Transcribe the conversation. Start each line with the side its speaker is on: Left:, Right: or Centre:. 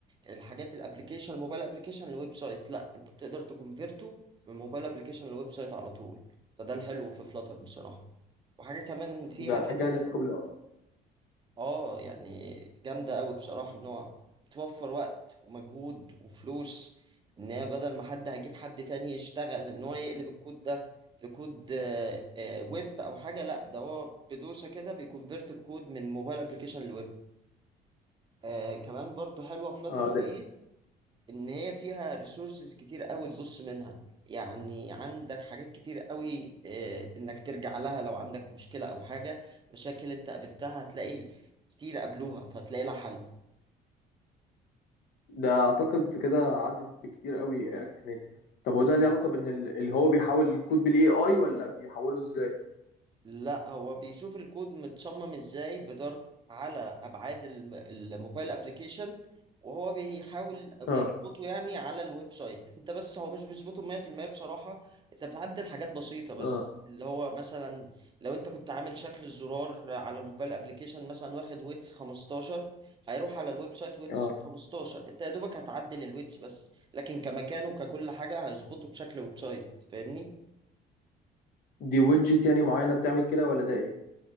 Right: الحاجات الابلكيشن موبايل ابلكيشن لويب سايت لا انت بتقدر تكونفيرته من موبايل ابلكيشن لويب سايت على طول فده الحلو في فلاتر بصراحه وحاجه كمان فيها
Left: ده
Right: كده
Left: حاجة لها علاقة بال
Right: اه يعني جامده قوي بصراحه ان هو بتوفر وقت ومجهود وفلوس ان هي بدل ما حد هجيب حد تاني يشتغل ان هو يقلب الكود ده لكود آه، آه، ويب او حاجه لا ده هو بدوسه كده بيكونفيرت الكود من موبايل ابلكيشن لويب آه كمان برضو حلوة فلاتر
Left: اه
Right: في
Left: ده
Right: ايه ان هي فيها ريسورسز كتير قوي تبص منها يعني عندك حاجات كتير قوي آه انك ترجع لها لو عندك مشكلة او حاجة مشاكل انت قابلتها هتلاقي كتير قابلوها فتلاقي لها حل
Left: ده اعتقد كده عدت بكتير قوي رياكت نيتف طب هو ده ليه علاقه بان ال- اللي هو بيحاول الكود بالاي اي ولا بيحوله ازاي
Right: لا هو بيشوف الكود متصمم ازاي بدارت على ابعاد الم- الموبايل ابلكيشن وهو بيحاول بيظبطه
Left: اه
Right: يعني على الويب سايت انت بس هو مش بيظبطه 100% بصراحة انت بتعدل حاجات بسيطة بس
Left: اه
Right: اللي هو مثلا لو انت كنت عامل شكل الزرار على الموبايل ابلكيشن مثلا واخد ويتس 15 هيروح على الويب سايت ويتس
Left: اه
Right: 15 انت يا دوبك هتعدل الويتس بس لكن كمكان وككل حاجة هيظبطه بشكل ويب سايت فاهمني
Left: دي ويدجت يعني معينه بتعمل كده ولا ده ايه